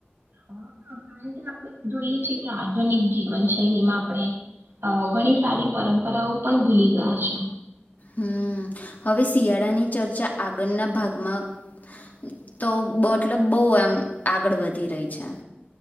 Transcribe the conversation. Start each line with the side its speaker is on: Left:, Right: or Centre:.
Right: હા, કારણ કે આપણે જોઈએ છે કે, આધુનિક જીવનશૈલીમાં આપણે ઘણી સારી પરંપરાઓ પણ ભૂલી ગયા છે.
Left: હમ, હવે શિયાળાની ચર્ચા આગળના ભાગમાં તો મતલબ બહુ એમ આગળ વધી રહી છે.